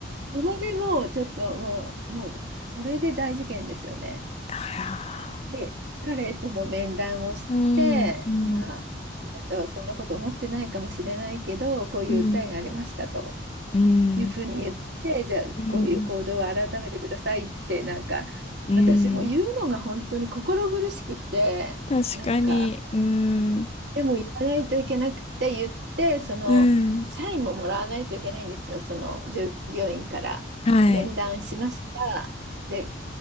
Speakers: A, on the right; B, on the left.
A: それでもうちょっともう、もう、それで大事件ですよね。
B: <laughs> あら
A: で、彼とも面談をして、
B: うん。うん
A: まあ、あなたはそんなこと思ってないかもしれないけど、こういう訴えがありましたと
B: うん、うん、
A: いうふうに言って、じゃあ、
B: うん、
A: こういう行動を改めてくださいって、なんか、
B: うん、
A: 私も言うのが本当に心苦しくて、
B: 確かに、
A: なんか、
B: うん、
A: でも言わないといけなくて言って、その、
B: うん、
A: サインももらわないといけないんですよ、その従業員から面談しました。
B: はい、
A: で、